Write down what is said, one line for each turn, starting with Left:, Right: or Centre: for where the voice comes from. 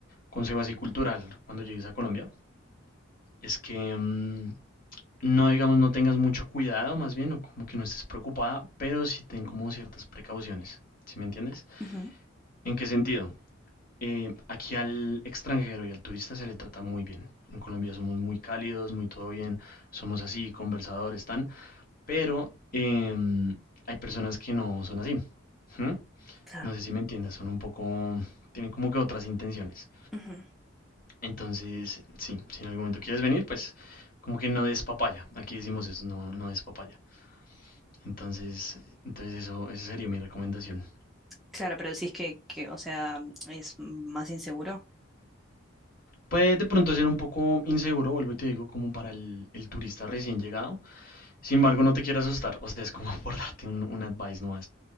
Left: consejo así cultural cuando llegues a Colombia, es que mm, no, digamos, no tengas mucho cuidado, más bien, o como que no estés preocupada, pero sí ten como ciertas precauciones, ¿sí me entiendes?
Centre: ujú,
Left: ¿En qué sentido? Eh, aquí al extranjero y al turista se le trata muy bien. En Colombia somos muy cálidos, muy todo bien, somos así, conversadores, tan. pero em, hay personas que no son así. ¿Mm?
Centre: claro.
Left: No sé si me entiendas, son un poco, tienen como que otras intenciones.
Centre: ujú.
Left: Entonces, sí, si en algún momento quieres venir, pues como que no des papaya. Aquí decimos eso, no, no des papaya. Entonces, entonces eso, esa sería mi recomendación.
Centre: Claro, pero decís que, que, o sea, es más inseguro.
Left: Puede de pronto ser un poco inseguro, vuelvo y te digo, como para el, el turista recién llegado. Sin embargo, no te quiero asustar, o sea, es como <laughs> por darte un, un advice no